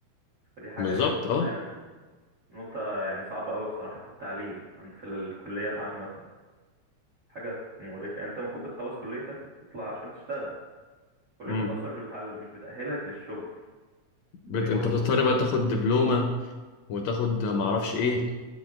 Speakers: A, on the right; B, on the left.
A: فدي حاجه
B: بالظبط
A: دي نقطه
B: اه
A: يعني نقطه يعني صعبه قوي بصراحه في التعليم عند في الكليات عامه حاجه مقرفه يعني انت المفروض بتخلص كليتك تطلع عشان تشتغل كليتك
B: امم
A: اصلا مش بتعل... مش بتاهلك للشغل
B: بت...
A: فدي برضو
B: انت بتضطر
A: فاهم
B: بقى تاخد دبلومه وتاخد معرفش ايه